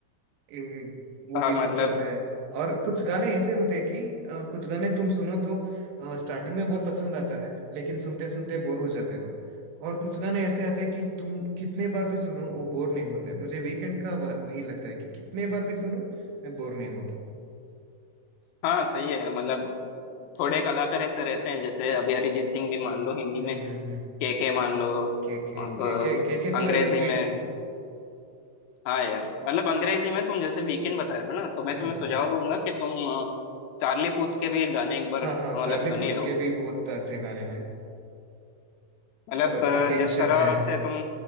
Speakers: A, on the right (about 80°); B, on the left (about 85°).
A: ए, वो
B: मतलब
A: भी पसंद है और कुछ गाने ऐसे होते हैं कि अ, कुछ गाने तुम सुनो तो स्टार्टिंग में बहुत पसंद आता है लेकिन सुनते सुनते बोर हो जाते हो और कुछ गाने ऐसे आते हैं कि तुम कितने बार भी सुनो वो बोर नहीं होते मुझे वीकेंड का वह, वही लगता है कि कितने बार भी सुनो मैं बोर नहीं होता
B: हाँ सही है मतलब थोड़े कलाकार ऐसे रहते हैं जैसे
A: हम्म
B: अभी अरिजीत सिंह भी मान लो हिंदी
A: हम्म
B: में
A: हम्म
B: के के मान लो
A: के के
B: अब
A: के के के के
B: अंग्रेजी
A: तो एवरग्रीन
B: में
A: है
B: हाँ यार मतलब अंग्रेजी में तुम जैसे वीकेंड बता रहे हो ना तो मैं
A: हम्म
B: तुम्हें सुझाव दूंगा कि तुम अ, चार्ली पूथ के भी गाने एक बार
A: हाँ
B: अ,
A: हाँ चार्ली
B: मतलब सुन
A: पुथ
B: ही लो
A: के भी बहुत अच्छे गाने हैं
B: मतलब
A: और
B: अ,
A: अटेंशन
B: जिस तरह
A: है
B: से तुम